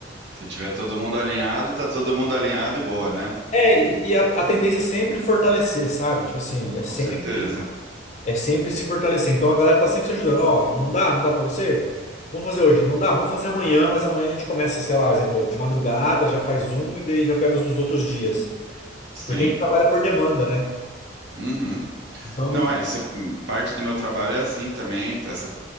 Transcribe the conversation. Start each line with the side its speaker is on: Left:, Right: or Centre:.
Right: Se tiver todo mundo alinhado, tá todo mundo alinhado e boa, né?
Left: É, e, e a, a tendência é sempre fortalecer, sabe? Tipo assim, é
Right: Com
Left: sempre.
Right: certeza.
Left: É sempre se fortalecer. Então a galera tá sempre se ajudando. Ó, não dá? Não dá pra você? Vamos fazer hoje. Não dá? Vamos fazer amanhã, mas amanhã a gente começa, sei lá, exemplo, de madrugada, já faz um e daí já pega os dos outros dias.
Right: Sim.
Left: Porque a gente trabalha por demanda, né?
Right: Uhum.
Left: Então,
Right: Não, é, isso é- hum, parte do meu trabalho é assim também. Essa